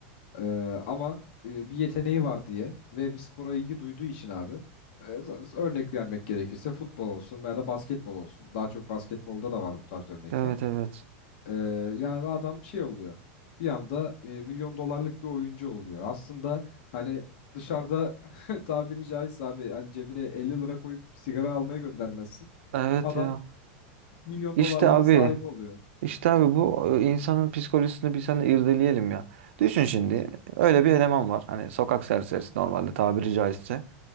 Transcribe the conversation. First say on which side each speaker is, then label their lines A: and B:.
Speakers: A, on the left (about 55°); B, on the right (about 75°).
A: E, ama e, bir yeteneği var diye ve bir spora ilgi duyduğu için abi e, z- örnek vermek gerekirse futbol olsun veya da basketbol olsun. Daha çok basketbolda da var bu tarz örnekler.
B: Evet evet.
A: E, yani adam şey oluyor. Bir anda e, milyon dolarlık bir oyuncu oluyor. Aslında hani dışarıda <laughs> tabiri caizse abi hani cebine 50 lira koyup sigara almaya göndermezsin.
B: Evet
A: Adam
B: ya.
A: milyon
B: İşte
A: dolarların
B: abi.
A: sahibi oluyor.
B: İşte abi bu e, insanın psikolojisini bir sen irdeleyelim ya. Düşün şimdi öyle bir eleman var. Hani sokak serserisi normalde tabiri caizse.